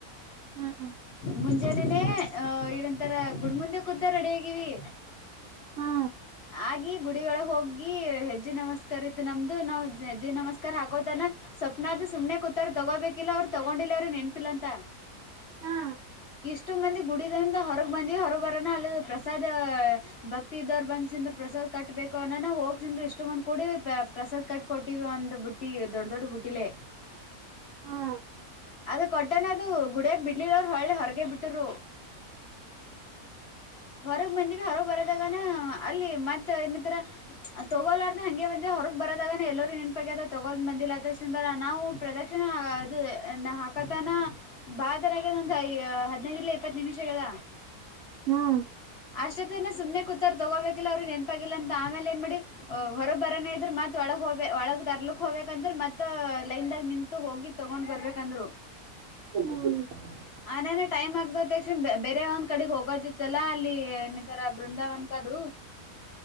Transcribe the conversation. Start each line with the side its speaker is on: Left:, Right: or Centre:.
Right: ಹ್ಮ ಹ್ಮ
Left: ಮುಂಜಾನೆನೆೇ ಅ ಎನಂತರ ಗುಡ್ ಮುುಂದೆ ಕೂತ ರೆಡಿ ಆಗಿವಿ.
Right: ಹಾ
Left: ಹಾಗಿ ಗುಡಿ ಒಳಗ್ ಹೋ ಗಿ ಹೆಜ್ಜಿ ನಮಸ್ಕಾರ ಇತ್ ನಮ್ದು ನಾವ್ ಹೆಜ್ಜಿ ನಮಸ್ಕಾರ ಹಾಕೋತನ. ಸ್ವಪ್ನ ಅತು ಸುಮ್ಮನೆ ಕೂತಾರ್ ತಗೋಬೇಕಿಲ್ಲ ಅವ್ರು ತಗೊಂಡಿಲ್ಲ ರಿ ನೆನಪಿಲ್ಲ ಅಂತ.
Right: ಹಾ
Left: ಇಷ್ಟು ಮಂದಿ. ಗುಡಿದಿಂದ ಹೊರಗ್ ಬಂದಿವ್ ಹೊರಗ್ ಬರೋನ ಅಲ್ ಪ್ರಸಾದ್ ಭಕ್ತಿ ಇದ್ದವ್ರು ಬಂದ್ಸಿಂದ್ ಪ್ರಸಾದ್ ಕಟ್ಬೇಕ್ ಕನನ ಹೋಗ್ಸಂದ್ ಇಷ್ಟ್ಂದ ಕೂಡೆ ಪ್ರಸಾದ್ ಕಟ್ ಕೊಟ್ಟಿವಿ ಒಂದ್ ಬುಟ್ಟಿ ದೊಡ್ ದೊಡ್ ಬುಟ್ಟಿ.
Right: ಹಾ
Left: ಅದು ಕೊಟ್ಟನ್ ಅದು ಗುಡಿಯಾಗ್ ಬಿಡ್ಲಿ ಒಳ್ಳೆ ಹೊರಗೆ ಬಿಟ್ಟರು <inaudible> ಹೊರಗ್ ಬಂದ್ವಿ ಹೊರ ಬರದಾಗ. ಅಲ್ಲಿ ಮತ್ ಇನ್ನ ದ್ರ ತಗೋಲಾರ್ದ ಹಂಗೆ ಬಂದ್ ಹೊರಗ್ ಬರೋದಾಗನ ಎಲ್ಲರೂ ಬಗ್ಗೆ ತಗೊಂಡ್ ಬಂದಿಲ್ಲ <unintelligible> ಅ ನಾವು ಪ್ರದಕ್ಷಿಣೆ ಅದು ಹಾಕತನ ಬಾದರೆ <unintelligible> ಈ ಹದ್ನೈದಿಲ್ಲ ಇಪ್ಪತ್ತು ನಿಮಿಷಗದ.
Right: ಹ್ಮ್
Left: ಅಷ್ಟೊತ್ತಿಂದ ಸುಮ್ನೆ ಕೂತಾರ ತಗೋಬೇಕಿಲ್ಲ ಅವ್ರಿಗೆ ನೆನಪಾಗಿಲ್ಲ ಅಂ ಆಮೇಲೆ ಏನ್ ಮಾಡಿ ಹೊರಗ್ ಬರೋನ ಇದ್ರ ಮತ್ ಒಳಗ್ ಹೋಗ ಒಳಗ್ ತರ್ಲಕ್ ಹೋಗಬೇಕಂದ್ರೆ ಮತ್ತ ಲೈನ್ ದಾಗ್ ನಿಂತು ಹೋಗಿ ತಗೊಂಡ್ ಬರ್ಬೇಕಂದ್ರು.
Right: ಹ್ಮ
Left: ಆಂದ್ರ ಟೈಮ್ ಆಗತ ತಕ್ಷಣ ಬೇರೆ ಒಂದ್ ಕಡೆಗ್ ಹೋಗೋದಿತ್ತಲ್ಲಾ ಅಲ್ಲಿ ಏನಂತರ ಬೃಂದಾವನ್ಕ - ದು